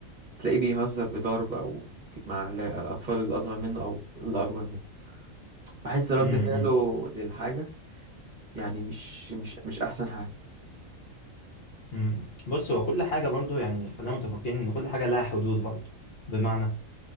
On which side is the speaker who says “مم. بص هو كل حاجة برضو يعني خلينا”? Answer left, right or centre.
Left